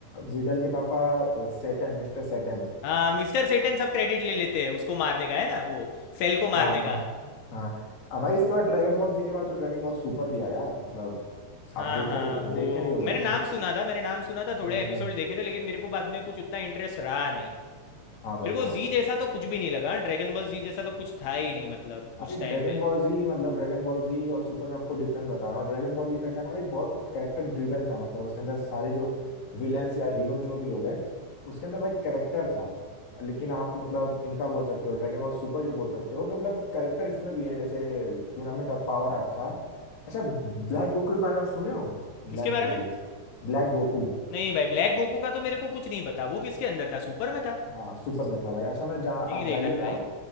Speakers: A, on the left (about 45°); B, on the left (about 80°).
A: वीडल के पापा अ, सेटन मिस्टर सेटन
B: हाँ मिस्टर सेटन सब क्रेडिट ले लेते हैं उसको मारने का है ना वो सेल को मारने
A: हाँ हाँ
B: का
A: हाँ अब भाई इसके बाद ड्रैगन बॉल जी के बाद तो ड्रैगन बॉल सुपर भी आया मतलब
B: हाँ
A: आप देखे
B: हाँ
A: नहीं
B: वो
A: देखे नहीं होगे
B: मैंने
A: तुम
B: नाम सुना था मैंने नाम सुना था थोड़े
A: हम्म
B: एपिसोड
A: हम्म
B: देखे थे लेकिन मेरे को बाद में कुछ उतना इंटरेस्ट रहा नहीं
A: हाँ भाई
B: मेरे को
A: हाँ
B: जी जैसा तो कुछ भी नहीं लगा ड्रैगन बॉल जी जैसा तो कुछ था ही नहीं मतलब
A: भाई
B: उस टाइम
A: ड्रैगन
B: पे
A: बॉल जी मतलब ड्रैगन बॉल जी और सुपर में आपको डिफरेंस बता रहा हूँ ड्रैगन बॉल जी था क्या ना भाई बहुत कैरेक्टर ड्रिवन था मतलब उसके अंदर सारे जो विलेंस या हीरो जो भी हो गए उसके अंदर भाई कैरेक्टर था लेकिन आप मतलब इनका बोल सकते हो ड्रैगन बॉल सुपर जो बोल सकते हो मतलब कैरेक्टर इसमें भी है जैसे टूर्नामेंट ऑफ पावर आर्ट था अच्छा ब्लैक गोकू के बारे में सुने हो ब्लैक
B: किसके बारे
A: गोकू
B: में
A: Black Goku
B: नहीं भाई ब्लैक गोकू का तो मेरे को कुछ नहीं पता वो किसके अंदर था सुपर में था
A: हाँ सुपर में था भाई अच्छा मैं जा, आप
B: नहीं देखा
A: जाइएगा
B: है भाई